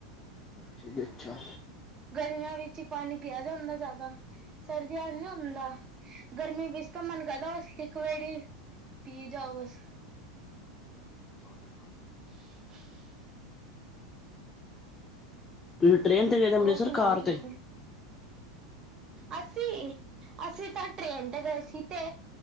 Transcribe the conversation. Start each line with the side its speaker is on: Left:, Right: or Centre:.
Left: ਜੀ, ਅੱਛਾ।
Right: ਗਰਮੀਆਂ ਵਿੱਚ ਹੀ ਪਾਣੀ ਪਿਆ ਜਾਂਦਾ ਜ਼ਿਆਦਾ, ਸਰਦੀਆਂ ਚ ਨੀ ਹੁੰਦਾ। ਗਰਮੀ ਵਿੱਚ ਇਸ ਤੋਂ ਮਨ ਕਰਦਾ ਬਸ ਇੱਕ ਵੇਰੀ ਪੀ ਜਾਓ, ਬਸ
Left: <inaudible>
Right: ਹ <unintelligible>
Left: ਤੁਸੀਂ ਟ੍ਰੇਨ ਤੇ ਗਏ ਸੀ, ਅੰਮ੍ਰਿਤਸਰ
Right: ਉਹ ਸੁਣਾਓ
Left: ਕਾਰ
Right: ਤੁਸੀਂ
Left: ਤੇ?
Right: ਅਸੀਂ, ਅਸੀਂ ਤਾਂ ਟ੍ਰੇਨ ਤੇ ਗਏ ਸੀ ਤੇ